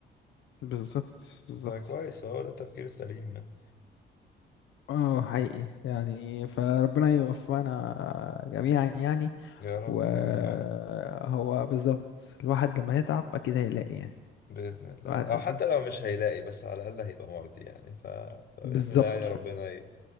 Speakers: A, on the left; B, on the left.
A: بالظبط بالظبط
B: فكويس هو ده التفكير السليم يعني
A: اه حقيقي يعني فربنا يوفقنا جميعا يعني
B: يا رب
A: وهو
B: جميعا
A: بالظبط الواحد لما يتعب أكيد هيلاقي يعني
B: بإذن الله
A: الواحد
B: أو
A: لما
B: حتى لو مش هيلاقي بس على الأقل هيبقى مرضي يعني ف... فبإذن
A: بالظبط
B: الله يعني ربنا ي...